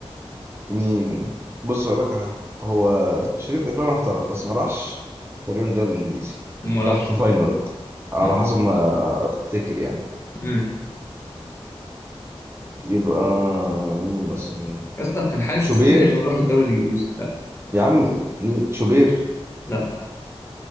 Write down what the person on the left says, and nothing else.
ما
راحش
لا
امم
امم
يا اسطى كان حارس
يستاهل ان هو يروح الدوري الانجليزي لا
لا